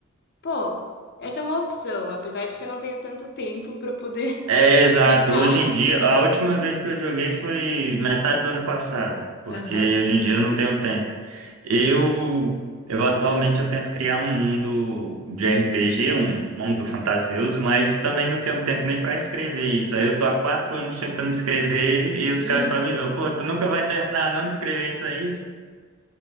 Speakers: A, on the left; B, on the right.
A: Pô, essa é uma opção, apesar de que eu não tenho tanto tempo para poder
B: É, exato.
A: <laughs> ficar.
B: Hoje em dia, a última vez que eu joguei foi metade do ano passado, porque
A: Aham.
B: hoje em dia eu não tenho tempo. Eu, eu atualmente eu tento criar um mundo de RPG, um mundo fantasioso, mas também não tenho tempo nem para escrever isso. Aí eu tô há quatro anos tentando escrever e os
A: Ih,
B: caras só me zoam, pô, tu nunca vai terminar não de escrever isso aí?